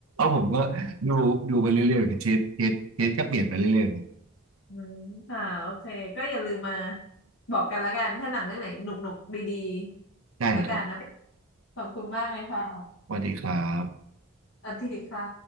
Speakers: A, on the right; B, on the left.
A: ผมก็ดูดูไปเรื่อยๆอย่างเทสเทสเทสก็เปลี่ยนไปเรื่อย
B: อืมค่ะโอเคก็อย่าลืมมาบอกกันแล้วกันถ้าหนังเรื่องไหนหนุกๆดีๆแล้วกันนะคะ
A: ๆได้เลยครับ
B: ขอบคุณมากเลยค่ะ
A: สวัสดีครับ
B: สวัสดีค่ะ